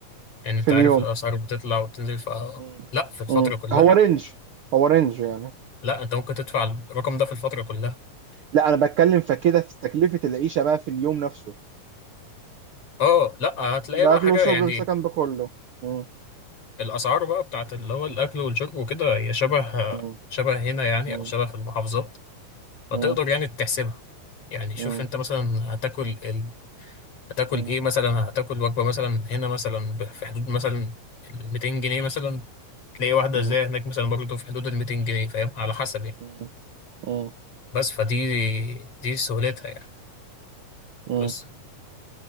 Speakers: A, on the left (about 45°); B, on the right (about 70°).
A: يعني أنت
B: في اليوم
A: عارف الأسعار بتطلع وبتنزل ف
B: مم.
A: لا في الفترة
B: مم.
A: كلها
B: هو رينج هو رينج يعني
A: لا أنت ممكن تدفع الرقم ده في الفترة كلها
B: لا انا بتكلم فكده في تكلفة العيشة بقى في اليوم نفسه
A: اه لا هتلاقي
B: باكل
A: بقى حاجة
B: وشرب
A: يعني
B: بسكن بكله مم.
A: الاسعار بقى بتاعت اللي هو الاكل والشرب وكده هي شبه
B: مم.
A: شبه هنا يعني
B: مم.
A: او شبه في المحافظات فتقدر
B: مم.
A: يعني تحسبها يعني شوف
B: مم.
A: انت مثلا هتاكل ال... هتاكل
B: مم.
A: ايه مثلا هتاكل وجبه مثلا هنا مثلا ب- في حدود مثلا ال 200 جنيه مثلا تلاقي واحده
B: مم.
A: زي هناك مثلا برضه في حدود ال 200 جنيه فاهم على حسب يعني
B: مم. مم.
A: بس فدي دي سهولتها يعني
B: مم.
A: بس